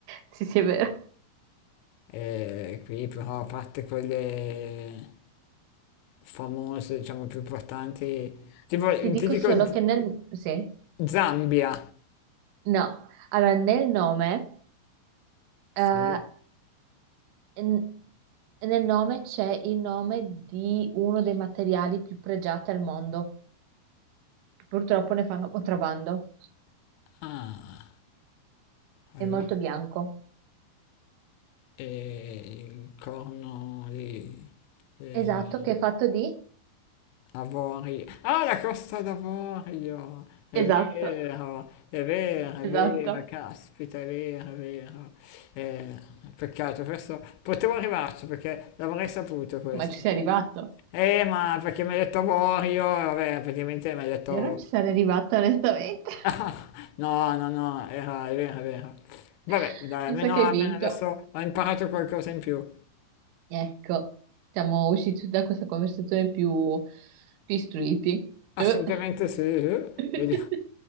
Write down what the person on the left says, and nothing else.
e qui però a parte quelle famose, diciamo, più importanti. Tipo,
ti dico
Z- Cosa?
Zambia.
Sì.
Ah, allora.
E il corno di... eh,
Avorio. Ah, la Costa d'Avorio! È
vero, è vero, è
vero, caspita, è vero, è vero. Eh, peccato, questo potevo arrivarci perché l'avrei saputo questo.
Eh, ma perché mi hai detto Avorio, e vabbè, praticamente mi hai detto...
<laughs> Ah, No, no, no, era, è vero, è vero. Vabbè,
dai,
almeno,
almeno
adesso ho imparato qualcosa in più.
Assolutamente
sì, eh.
Vedi-